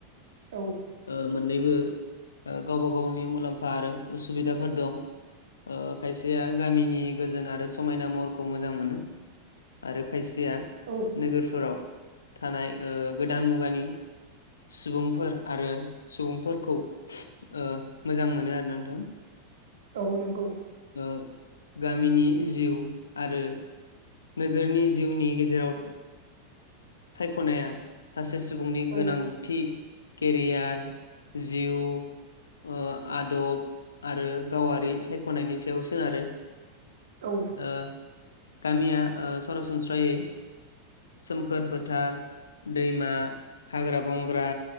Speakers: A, on the right (about 60°); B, on the left (about 70°).
A: औ।
B: ओ मोननैबो गावबा- गावनि मुलाम्फा आरो उसुबिदाफोर दं ओ खायसेया गामिनि गोजोन आरो समायना महरखौ मोजां मोनो आरो खायसेया
A: औ
B: नोगोरफोराव थानाय गोदान मुगानि सुबुंफोर आरो सुबुंफोरखौ ओ मोजां मोनो आरोना नोंथां
A: औ नंगौ।
B: ओ गामिनि जिउ आरो,, नोगोरनि जिउनि गेजेराव सायख'नाया सासे, सासे सुबुंनि गोनांथि
A: औ
B: केरियार, जिउ, ओ आदब आरो गावारि साय ख'नायनि सायाव सोनारो
A: औ
B: ओ गामिया ओ सरसनस्रायै सोमखोर फोथार, दैमा, हाग्रा- बंग्रा